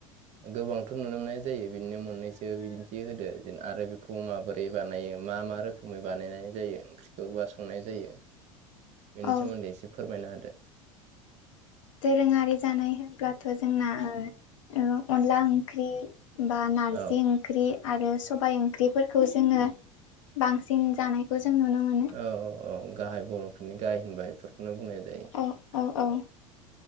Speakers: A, on the right; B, on the left.
A: गोबांथ' नुनो मोननाय जायो बिनिनो मोननैसो बिदिन्थि होदो आरो खौ माबोरै बानायो मा मा रोखोमै बानायनाय जायो ओंख्रिखौ बा संनाय जायो। बेनि
B: औ
A: सोमोन्दै एसे फोरमायना होदो।
B: दोंरोङारि जानाय होनब्लाथ' जोंना ओ अनला ओंख्रि बा नार्जि
A: औ
B: ओं- ख्रि आरो सबाय ओंख्रिफोरखौ जोंङो बांसिन जानायखौ जों नुनो मोनो
A: औ औ औ गाहाय बर'फोरनि गाहाय होनबाय बेफोर नो बुंनाय जायो
B: औ औ औ